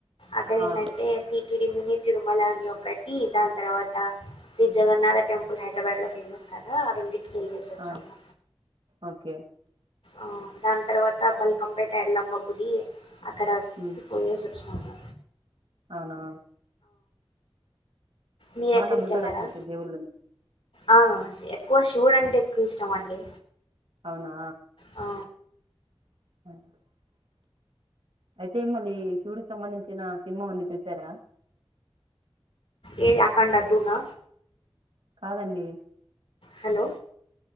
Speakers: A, on the left; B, on the right.
A: అక్కడ
B: ఆ
A: ఏంటంటే టీటిడి మిని తిరుమల అని ఒకటి దాన్ తర్వాత శ్రీ జగన్నాథ టెంపుల్ హైదరాబాద్ లో ఫేమస్ కదా ఆ ఉంది. వెళ్లేసి వచ్చాము
B: ఆ ఓకే
A: ఆ దాని తర్వాత బల్కంపేట ఎల్లమ్మ గుడి అక్కడ
B: ఉమ్
A: పోయేసి చాము
B: అవునా
A: మీరు
B: బా
A: ఎక్కడికి
B: నమ్ముతారు
A: వెళ్ళారా
B: అట్లాయితే దేవులన్ని
A: ఆ ఎక్కువ శివుడు అంటే ఎక్కువ ఇష్టం అండి
B: అవునా
A: ఆ
B: <unintelligible> అయితే మళ్లీ శివుడికి సంబంధించిన సినిమా ఉంది చూసారా.
A: ఏది అకౌంట్ అడ్డునా
B: కాదండి
A: హలో